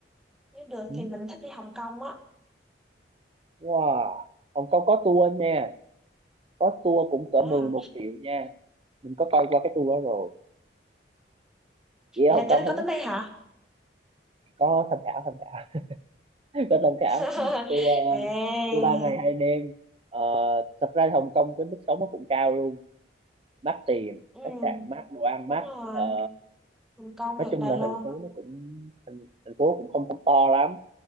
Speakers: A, in the centre; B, on the right.
A: nếu được
B: Ừ.
A: thì mình thích đi Hồng Kông á
B: wow Hồng Kông có tour nha có tour cũng cỡ
A: Nói
B: 11
A: hả?
B: triệu nha mình có coi qua cái tour đó rồi chỉ ở
A: vậy
B: Hồng
A: là
B: Kông
A: tới
B: thôi
A: có
B: nhé
A: tính đi hả
B: có tham khảo tham khảo <laughs> tôi thông cảm
A: <laughs>
B: tôi ờ,
A: Ê,
B: tôi ba ngày hai đêm Ờ, thật ra Hồng Kông cái mức sống nó cũng cao luôn mắc tiền
A: ừ,
B: khách sạn mắc đồ ăn
A: đúng
B: mắc
A: rồi
B: Ờ,
A: Hồng Kông
B: nói
A: hoặc
B: chung
A: Đài
B: là
A: Loan
B: thành phố nó cũng thành, thành phố cũng không không to lắm